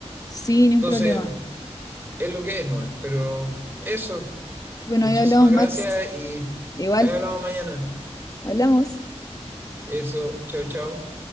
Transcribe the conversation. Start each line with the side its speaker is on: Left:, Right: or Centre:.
Left: sí, ni
Right: Entonces,
Left: un problema.
Right: es lo que es, ¿no? Pero eso,
Left: Bueno,
Right: muchísimas
Left: ahí hablamos,
Right: gracias
Left: Max.
Right: y
Left: Igual,
Right: ahí hablamos mañana.
Left: hablamos.
Right: Eso, chao, chao.